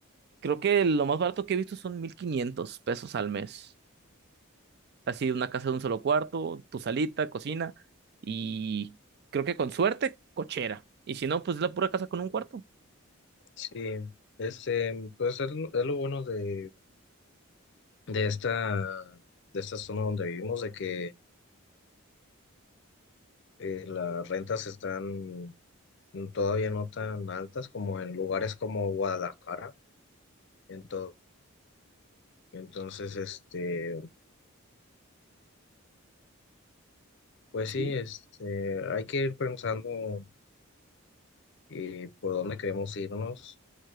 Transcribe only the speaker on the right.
creo que lo más barato que he visto son 1.500 pesos al mes. así una casa de un solo cuarto, tu salita, cocina y creo que con suerte, cochera. Y si no, pues es la pura casa con un cuarto.
Sí.